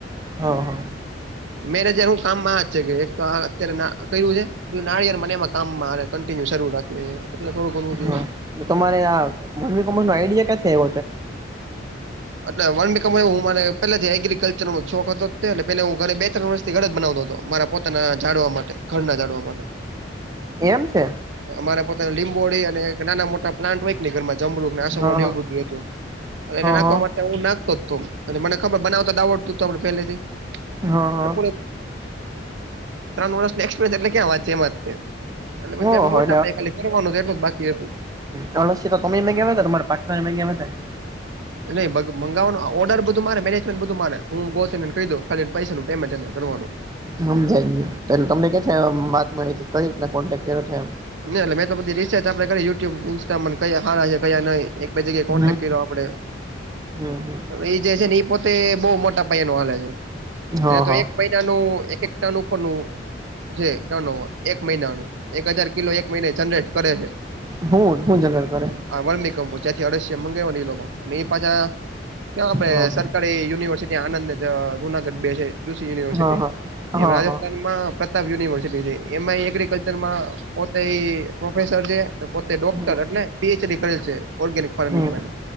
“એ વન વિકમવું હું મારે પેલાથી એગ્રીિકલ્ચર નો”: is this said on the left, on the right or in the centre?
Right